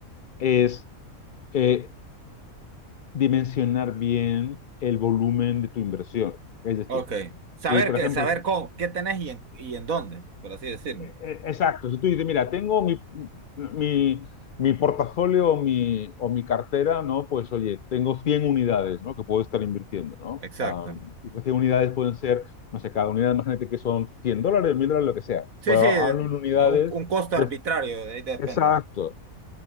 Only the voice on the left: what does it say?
es eh, dimensionar bien el volumen de tu inversión. Es decir,
si por
ejemplo,
tú-
eh, eh, exacto, si tú dices, mira, tengo mi, mi, mi portafolio o mi, o mi cartera, ¿no? Pues oye, tengo 100 unidades, ¿no? Que puedo estar invirtiendo, ¿no?
Ah, esas 100 unidades pueden ser, no sé, cada unidad, imagínate que son 100 dólares, 1000 dólares, lo que sea.
Pero
hablo en unidades
de...
Exacto.